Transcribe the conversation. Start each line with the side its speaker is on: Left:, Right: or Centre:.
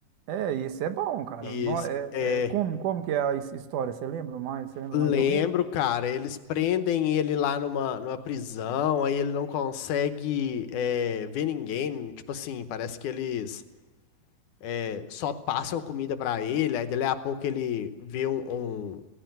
Right: É, esse é bom, cara.
Left: Isso,
Right: Nó- é,
Left: é,
Right: é- como, como que é a his- história? Você lembra mais? Você lembra
Left: lembro,
Right: mais ou menos?
Left: cara, eles prendem ele lá numa, numa prisão, aí ele não consegue é, ver ninguém, tipo assim, parece que eles é, só passam comida pra ele, aí dali a pouco ele vê um, um,